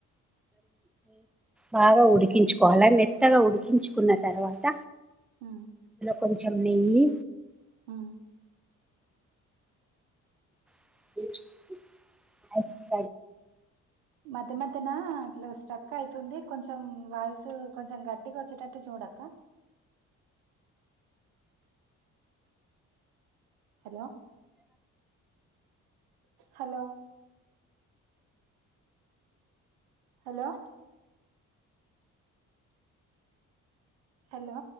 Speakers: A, in the centre; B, on the right (about 85°).
A: బాగా ఉడికించుకోవాల మెత్తగా ఉడికించుకున్న తర్వాత
B: ఆ
A: కొంచం నెయ్యి
B: ఆ
A: <inaudible>
B: మద్య మద్యనా ఇట్లొ స్ట్రక్ అయితుంది కొంచెం వాయిసు కొంచెం గట్టిగా వచ్చేటట్టు చూడక్క హలో హలో హలో హలో